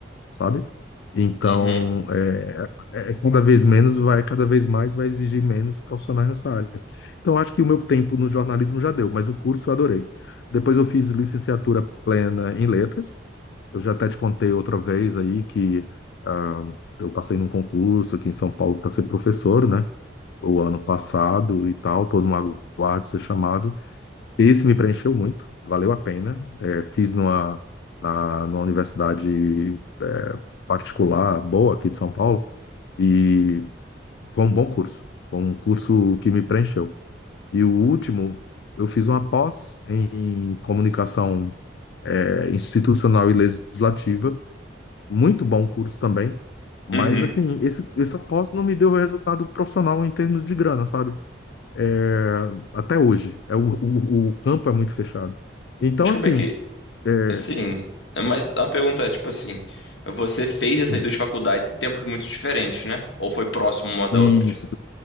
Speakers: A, on the left (about 60°); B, on the left (about 75°).
A: sabe? Então,
B: uhum,
A: é, é, é cada vez menos vai, cada vez mais vai exigir menos profissionais nessa área. Então, acho que o meu tempo no jornalismo já deu, mas o curso eu adorei. Depois eu fiz licenciatura plena em letras. Eu já até te contei outra vez aí que ah, eu passei num concurso aqui em São Paulo para ser professor, né? O ano passado e tal, estou no aguardo de ser chamado. Esse me preencheu muito, valeu a pena. É, fiz numa, na, numa universidade é, particular boa aqui de São Paulo e foi um bom curso, foi um curso que me preencheu. E o último, eu fiz uma pós em comunicação é, institucional e legislativa, muito bom curso também, mas
B: uhum.
A: assim, esse, essa pós não me deu resultado profissional em termos de grana, sabe? é, até hoje. É, o, o, o campo é muito fechado. Então,
B: Mas como
A: assim,
B: é que,
A: é,
B: assim, mas a pergunta é, tipo assim, você fez
A: sim,
B: essas duas faculdades em tempos muito diferentes, né? Ou foi próximo uma da
A: e
B: outra?
A: isso